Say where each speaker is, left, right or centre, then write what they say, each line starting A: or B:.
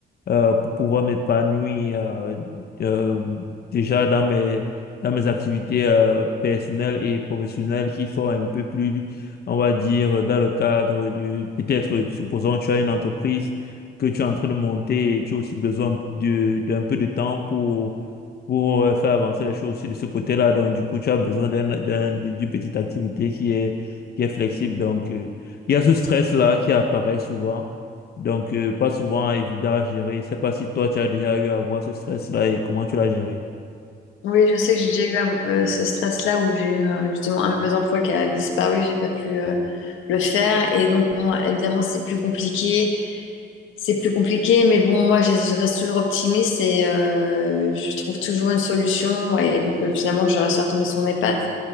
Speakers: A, on the left; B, on the left.
A: euh, pour pouvoir m'épanouir euh, euh, déjà dans mes, dans mes activités euh, personnelles et professionnelles qui sont un peu plus, on va dire, dans le cadre du, peut-être, supposons, tu as une entreprise que tu es en train de monter et tu as aussi besoin de, d'un peu de temps pour, pour euh, faire avancer les choses aussi de ce côté-là. Donc, du coup, tu as besoin d'un, d'un, d'une petite activité qui est, qui est flexible. Donc, euh, il y a ce stress-là qui apparaît souvent. Donc, euh, pas souvent évident à gérer. Je sais pas si toi, tu as déjà eu à avoir ce stress-là et comment tu l'as géré.
B: Oui, je sais que j'ai déjà eu à- euh, ce stress-là où j'ai eu euh, justement un de mes emplois qui a disparu, j'ai pas pu euh, le faire. Et donc, bon, évidemment, c'est plus compliqué. C'est plus compliqué, mais bon, moi, je, je reste toujours optimiste et euh, je trouve toujours une solution. Et donc, euh, finalement, je reste retombée sur mes pattes